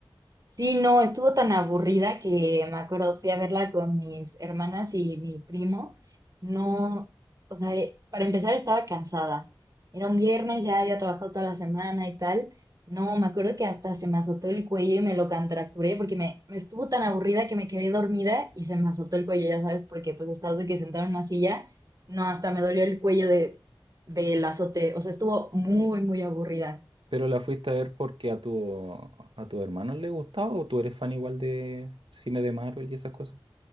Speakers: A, on the right; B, on the right.
A: Sí, no, estuvo tan aburrida que me acuerdo, fui a verla con mis hermanas y mi primo. No, o sea, eh, para empezar estaba cansada. Era un viernes, ya había trabajado toda la semana y tal. No, me acuerdo que hasta se me azotó el cuello y me lo contracturé porque me, me estuvo tan aburrida que me quedé dormida y se me azotó el cuello, ya sabes, porque pues estás de que sentado en una silla. No, hasta me dolió el cuello de, del azote. O sea, estuvo muy, muy aburrida.
B: Pero la fuiste a ver porque a tu, a tu hermano le gustaba o tú eres fan igual de cine de Marvel y esas cosas.